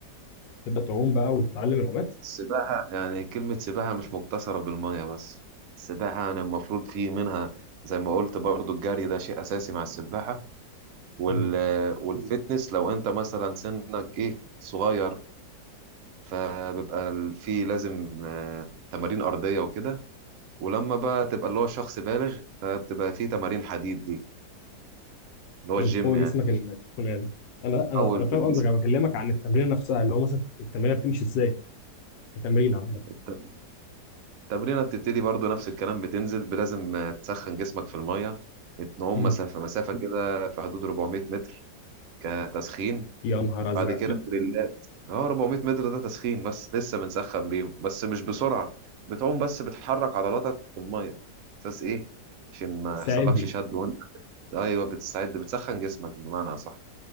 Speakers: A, on the left (about 85°); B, on the right (about 75°).
A: تبدا تعوم بقى وتتعلم العومات
B: السباحه يعني كلمه سباحه مش مقتصره بالميه بس السباحه يعني المفروض في منها زي ما قلت برضو الجري ده شيء اساسي مع السباحه وال
A: مم.
B: والفتنس لو انت مثلا سنك ايه صغير فبيبقى ال- في لازم آه، تمارين ارضيه وكده ولما بقى تبقى اللي هو شخص بالغ فبتبقى في تمارين حديد دي اللي هو
A: عشان
B: الجيم
A: تقوي
B: يعني
A: جسمك انك تكون قادر انا انا
B: اول
A: انا فاهم قصدك
B: جسمك
A: انا بكلمك عن التمرين نفسها اللي هو مثلا التمرين بتمشي ازاي التمرين عامه
B: الت- التمرينه بتبتدي برضو نفس الكلام بتنزل ب- لازم تسخن جسمك في الميه بنعوم
A: مم.
B: مسافه مسافه كده في حدود 400 متر كتسخين
A: يا نهار ازرق
B: بعد كده دريلات اه 400 متر ده تسخين بس لسه بنسخن بيهم بس مش بسرعه بتعوم بس بتحرك عضلاتك في الميه اساس ايه عشان ما
A: استعدي
B: يحصلكش شد وانت ايوه بتستعد بتسخن جسمك بمعنى اصح